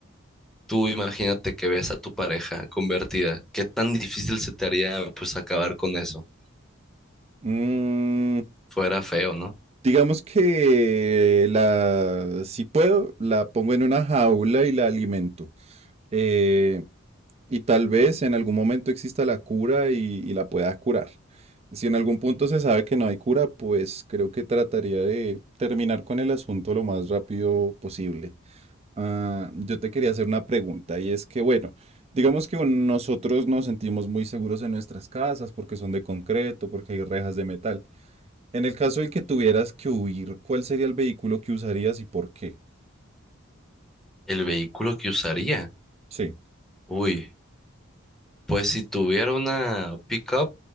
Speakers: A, in the centre; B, on the right.
A: Tú imagínate que ves a tu pareja convertida. ¿Qué tan difícil se te haría pues acabar con eso?
B: Mm,
A: Fuera feo, ¿no?
B: digamos que la, si puedo, la pongo en una jaula y la alimento. Eh, y tal vez en algún momento exista la cura y, y la pueda curar. Si en algún punto se sabe que no hay cura, pues creo que trataría de terminar con el asunto lo más rápido posible. Ah, yo te quería hacer una pregunta y es que, bueno, digamos que un- nosotros nos sentimos muy seguros en nuestras casas porque son de concreto, porque hay rejas de metal. En el caso en que tuvieras que huir, ¿cuál sería el vehículo que usarías y por qué?
A: El vehículo que usaría.
B: Sí,
A: Uy, pues si tuviera una pickup,